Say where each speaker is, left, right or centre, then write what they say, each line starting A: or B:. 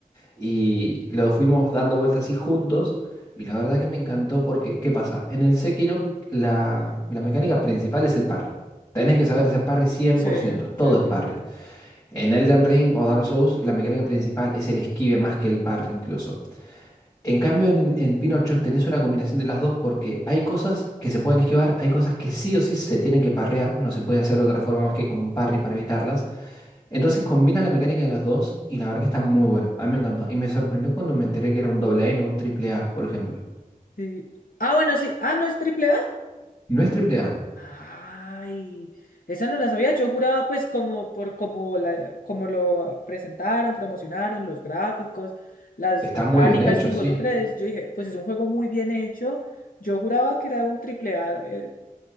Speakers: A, on the left; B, on the left.
A: Y lo fuimos dando vueltas así juntos. Y la verdad que me encantó porque, ¿qué pasa? En el Sekiro, la, la mecánica principal es el parry. Tenés que saber hacer parry cien
B: Sí,
A: por ciento todo
B: sí,
A: es
B: sí,
A: parry.
B: sí.
A: En Elden Ring o Dark Souls, la mecánica principal es el esquive más que el parry incluso. En cambio, en, en Pinocho tenés una combinación de las dos porque hay cosas que se pueden esquivar, hay cosas que sí o sí se tienen que parrear, no se puede hacer de otra forma más que con un parry para evitarlas. Entonces combina la mecánica de los dos y la verdad que está muy bueno. A mí me encantó. Y me sorprendió cuando me enteré que era un doble A y no un triple A, por ejemplo.
B: Sí. Ah, bueno, sí. Ah, no, es triple
A: No es triple A.
B: Ay, esa no la sabía. Yo juraba, pues, como por como la, como lo presentaron, promocionaron, los gráficos, las
A: Está
B: mecánicas
A: muy bien hecho,
B: que involucra.
A: sí.
B: es- Yo dije, pues es un juego muy bien hecho. Yo juraba que era un triple A. eh,